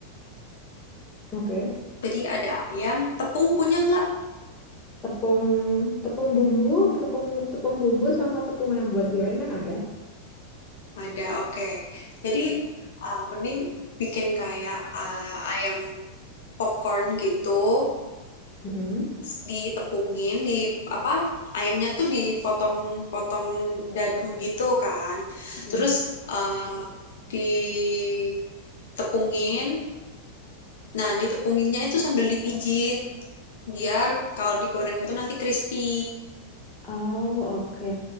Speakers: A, on the left; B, on the left.
A: Oke.
B: Jadi ada ayam, tepung punya nggak?
A: Tepung tepung bumbu, tepung tepung bumbu sama tepung yang buat gorengan ada.
B: Ada, oke. Jadi, ah, mending bikin kayak ah, ayam popcorn gitu,
A: Mm-mm.
B: s- ditepungin, di apa? Ayamnya tuh dipotong-potong dadu gitu kan.
A: Ya.
B: Terus ah, ditepungin. Nah, ditepunginnya itu sambil dipijit biar kalau digoreng itu nanti crispy.
A: Oh oke.